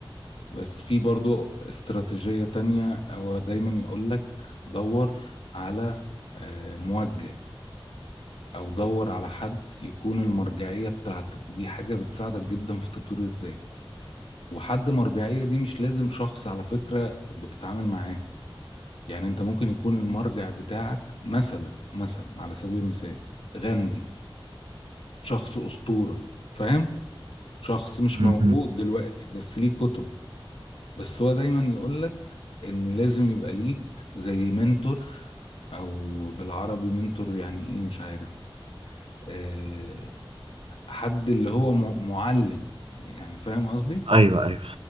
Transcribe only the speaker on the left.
بس في برضو استراتيجية تانية هو دايما يقولك دور على آه، موجه او دور على حد يكون المرجعية بتاعتك دي حاجة بتساعدك جدا في تطوير الذات وحد مرجعية دي مش لازم شخص على فكرة بتتعامل معاه يعني انت ممكن يكون المرجع بتاعك مثلا مثلا على سبيل المثال غاندي شخص أسطورة فاهم شخص مش
موجود دلوقتي بس ليه كتب بس هو دايما يقولك ان لازم يبقى ليك زي منتور او بالعربي منتور يعني ايه مش عارف آه، حد اللي هو م- معلم يعني فاهم قصدي